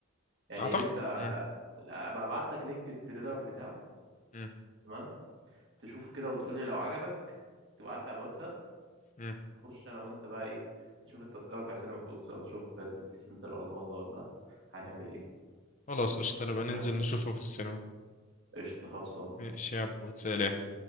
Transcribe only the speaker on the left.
اعتقد
امم
امم
امم
خلاص قشطة نبقى ننزل
نشوفه في السينما
ماشي يا عبود سلام